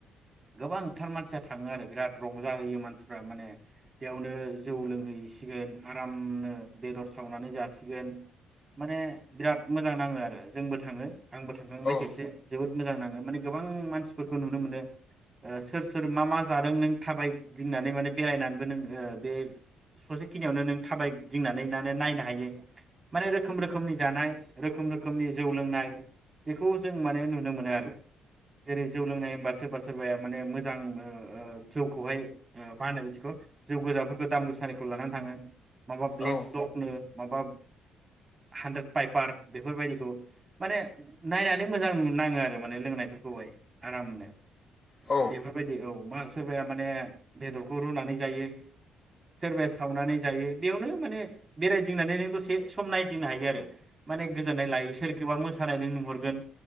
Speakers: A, on the right (about 30°); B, on the left (about 35°).
A: गोबांथार मानसिया थाङो आरो बिराद रंजाहैयो मानसिफ्रा माने बेयावनो जौ लोंहैसिगोन आरामनो बेदर सावनानै जासिगोन माने बिराद मोजां नाङो आरो जोंबो थाङो। आंबो थांखांबाय
B: औ
A: खेबसे जोबोद मोजां नाङो माने गोबां मानसिफोरखौ नुनो मोनो ओ सोर सोर मा मा? जादों नों थाबाय गिदिंनानै माने बेरायनानैबो नों ओ बे ससेखिनियावनो नों थाबाय गिदिंनानै माने नायनो हायो माने रोखोम रोखोमनि जानाय रोखोम रोखोमनि जौ लोंनाय बेखौ जों माने नुनो मोनो आरो जेरै जौ लोंनाय होनबा सोरबा सोरबाया माने मोजां। ओ जौखौहाय ओ मा होनो बिदिखौ जौ गोजाफोरखौ दाम गोसानिखौ लानानै थाङो। माबा ब्लेक
B: औ
A: दकनो माबा हानद्रेड पाइपार बेफोरबायदिखौ माने नायनानै मोजां नाङो आरो माने लोंनायफोरखौहाय आरामनो
B: औ
A: बेफोरबायदि औ। मा सोरबाया माने बेदरखौ रुनानै जायो सोरबाया सावनानै जायो बेयावनो माने बेरायदिंनानै नों दसे सम नायदिंनो हायो आरो माने गोजोननाय लायो सोरखौबा मोसानाय नों नुहरगोन